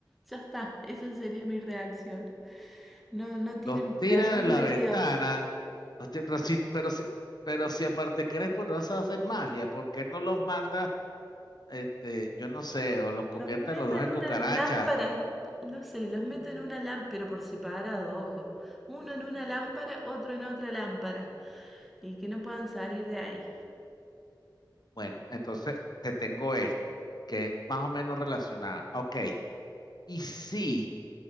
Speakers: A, in the centre; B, on the left.
A: Ya está, esa sería mi reacción. No, no tienen
B: los tira
A: perdón
B: de la
A: de
B: ventana,
A: Dios.
B: los tira- pero si, pero si, pero si aparte que eres poderosa haces magia, ¿por qué no los manda, este, yo no sé, o los conviertes
A: Los meto
B: los dos
A: en
B: en
A: una
B: cucarachas?
A: lámpara, no sé, los meto en una lámpara, pero por separado, ojo. Uno en una lámpara, otro en otra lámpara, y que no puedan salir de ahí.
B: Bueno, entonces te tengo esta, que es más o menos relacionada. Ok, y si